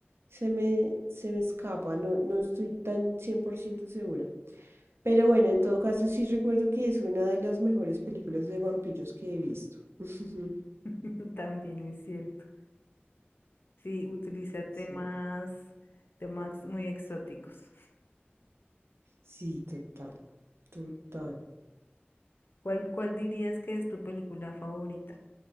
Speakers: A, on the right; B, on the left.
A: se me, se me escapa, no, no estoy tan 100% segura. Pero bueno, en todo caso sí recuerdo que es una de las mejores películas de vampiros que he visto. <laughs>
B: <laughs> También es cierto. Sí, utiliza temas,
A: Sí,
B: temas muy exóticos.
A: sí, total. Total.
B: ¿Cuál, cuál dirías que es tu película favorita?